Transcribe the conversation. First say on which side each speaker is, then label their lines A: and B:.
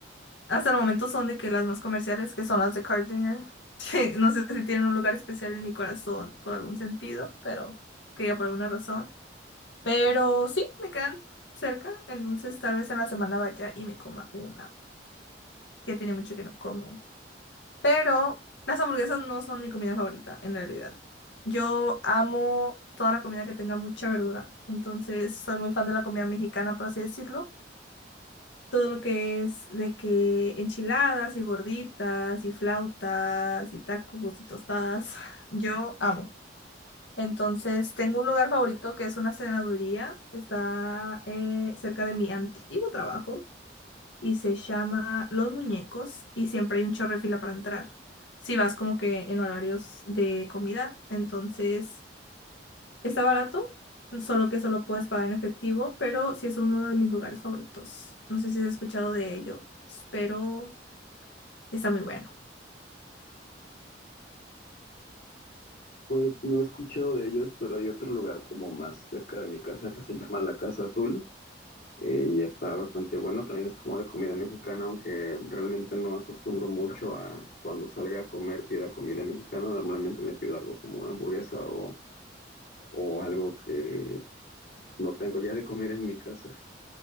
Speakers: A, on the left (about 80°); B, on the left (about 55°).
A: hasta el momento son de que las más comerciales, que son las de Carl Jr. <laughs> No sé si tienen un lugar especial en mi corazón por algún sentido, pero que ya por alguna razón. Pero sí, me quedan cerca. Entonces tal vez en la semana vaya y me coma una, que tiene mucho que no como. Pero las hamburguesas no son mi comida favorita, en realidad. Yo amo toda la comida que tenga mucha verdura. Entonces, soy muy fan de la comida mexicana, por así decirlo. Todo lo que es de que enchiladas y gorditas y flautas y tacos y tostadas, <laughs> yo amo. Entonces, tengo un lugar favorito que es una cenaduría. Está eh, cerca de mi antiguo trabajo y se llama Los Muñecos y siempre hay un chorro de fila para entrar. Si vas como que en horarios de comida, entonces está barato, solo que solo puedes pagar en efectivo, pero sí es uno de mis lugares favoritos. No sé si has escuchado de ellos, pero está muy bueno.
B: Pues no he escuchado de ellos, pero hay otro lugar como más cerca de mi casa que se llama La Casa Azul eh, y está bastante bueno. También es como de comida mexicana, aunque realmente no acostumbro mucho a cuando salga a comer pida comida mexicana. Normalmente me pido algo como una hamburguesa o, o algo que no tengo ya de comer en mi casa.